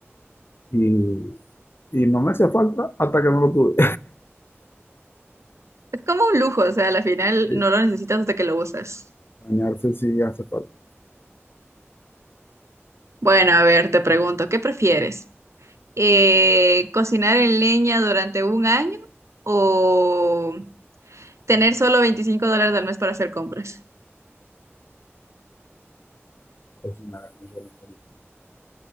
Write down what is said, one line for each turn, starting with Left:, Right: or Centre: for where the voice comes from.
Left: Y, y no me hacía falta hasta que no lo tuve.
Right: Es como un lujo, o sea, a la final
Left: <laughs>
Right: no lo necesitas hasta que lo usas.
Left: Bañarse sí hace falta.
Right: Bueno, a ver, te pregunto, ¿qué prefieres? Eh, ¿cocinar en leña durante un año o tener solo 25 dólares al mes para hacer compras?
Left: Cocinar, no sé, no sé.